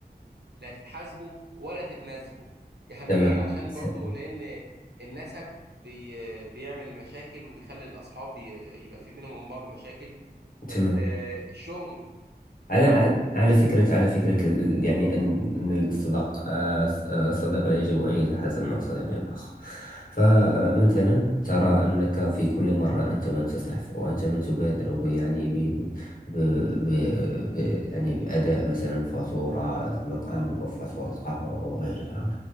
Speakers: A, on the right; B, on the left.
A: لا تتحاسبوا ولا تتناسبوا يعني
B: تمام
A: ايه عشان برضو
B: ت-
A: لان النسب بي بيعمل مشاكل وبيخلي الاصحاب بي- يبقى في بينهم وبين بعض مشاكل
B: تمام
A: ال- الشغل
B: على
A: نعم
B: على على فكرة على فكرة ال- ال- يعني أن أن الصداق آه، س- آه، الصديق لا يجب أن يتحاسب مع صديق الآخر فمثلا ترى أنك في كل مرة أنت من تسرف وأنت من تبادر ب يعني ب ب ب ب يعني بأداء مثلا فاتورة مطعم أو فاتورة قهوة أو غيرها